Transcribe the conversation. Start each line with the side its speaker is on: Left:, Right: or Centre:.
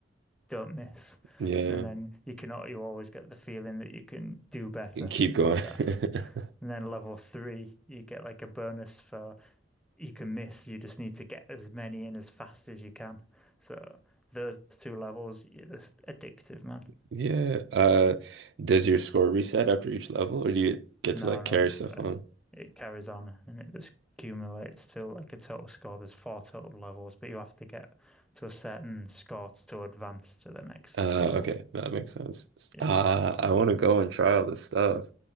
Centre: don't miss,
Right: Yeah.
Centre: and then you cannot you always get the feeling that you can do better
Right: yeah. Keep going.
Centre: at that.
Right: <laughs>
Centre: And then level three, you get like a bonus for you can miss. You just need to get as many in as fast as you can. So those two levels, you're just addictive, man.
Right: Yeah. Uh, does your score reset after each level or do you get
Centre: No,
Right: to like
Centre: no,
Right: carry
Centre: it's
Right: stuff
Centre: like
Right: on?
Centre: it carries on and it just accumulates till like a total score. There's four total levels, but you have to get to a certain score to advance to the next
Right: Uh,
Centre: level.
Right: okay. That makes sense.
Centre: Yeah,
Right: Uh, I want to go and try all this stuff.